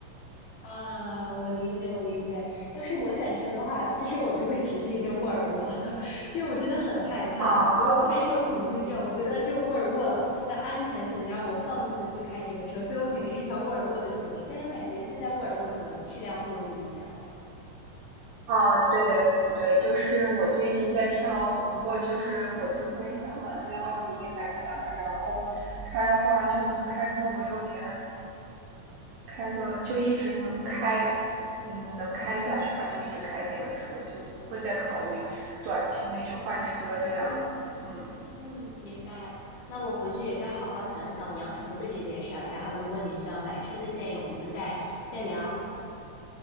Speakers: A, on the left; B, on the right.
A: 啊，我理解，我理解。要是我选车的话，其实我就会只盯着沃尔沃，<laughs> 因为我真的很害怕，
B: 啊
A: 我有开车恐惧症。我觉得这沃尔沃的安全性能让我放心的去开这个车，所以我肯定是挑沃尔沃的系列。但又感觉现在沃尔沃可能质量不如以前了。
B: 啊，对对对，就是我最近在挑，如果就是我就特别想把那辆奥迪给买下来，然后开的话就能够开个五六年，开个就一直能开，嗯，能开下去吧，就一直开那个车，就不会再考虑短期内去换车这样子。嗯
A: 嗯，明白。那我回去也再好好想一想我养宠物的这件事儿，然后如果你需要买车的建议，我们就再再聊。